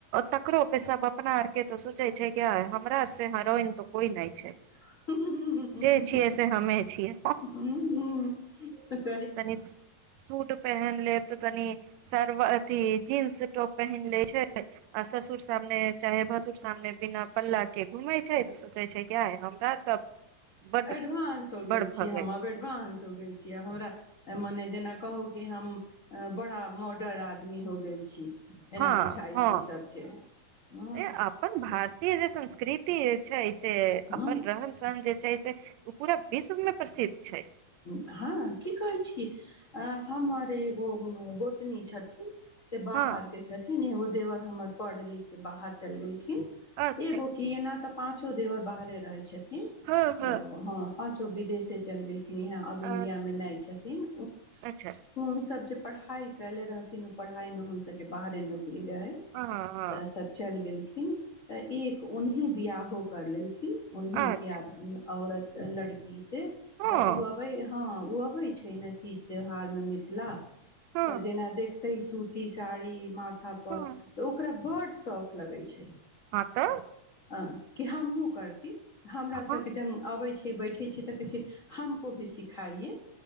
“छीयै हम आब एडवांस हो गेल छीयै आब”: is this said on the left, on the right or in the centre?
Left